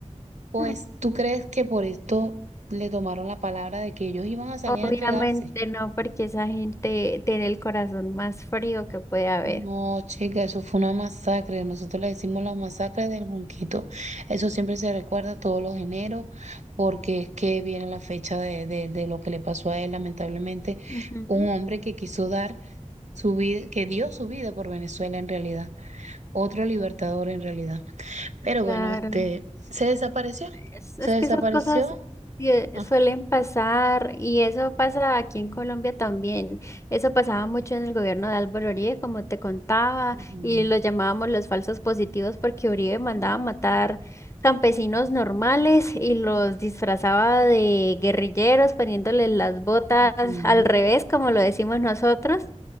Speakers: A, on the right; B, on the left.
A: Pues,
B: Mm.
A: ¿tú crees que por esto le tomaron la palabra de que ellos iban a salir
B: Obviamente
A: a entregarse?
B: no, porque esa gente tiene el corazón más frío que puede haber.
A: No, chica, eso fue una masacre. Nosotros le decimos la masacre del Junquito. Eso siempre se recuerda todos los eneros, porque es que viene la fecha de, de, de lo que le pasó a él, lamentablemente.
B: Ujú.
A: Un hombre que quiso dar su vida, que dio su vida por Venezuela en realidad. Otro libertador en realidad. Pero
B: Claro.
A: bueno, este, se desapareció.
B: Es,
A: Se
B: es
A: desapareció.
B: que esas cosas sie-
A: Ajá.
B: suelen pasar y eso pasa aquí en Colombia también. Eso pasaba mucho en el gobierno de Álvaro Uribe, como te contaba,
A: Ujú,
B: y lo llamábamos los falsos positivos porque Uribe mandaba matar campesinos normales y los disfrazaba de guerrilleros poniéndoles las botas
A: ujú.
B: al revés, como lo decimos nosotros